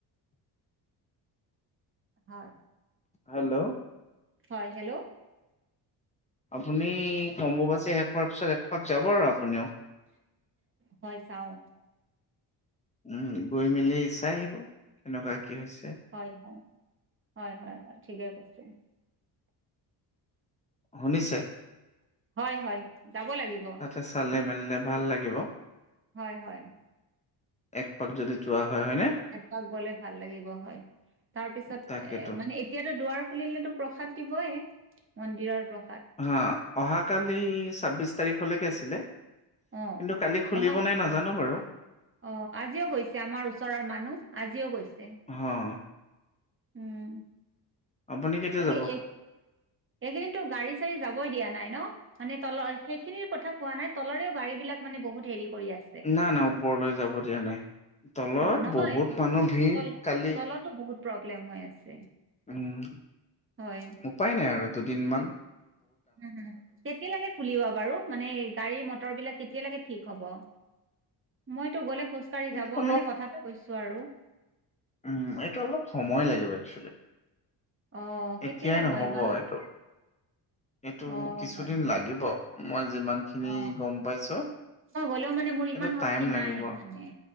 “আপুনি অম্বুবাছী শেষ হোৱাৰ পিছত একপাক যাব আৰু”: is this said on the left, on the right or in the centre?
Left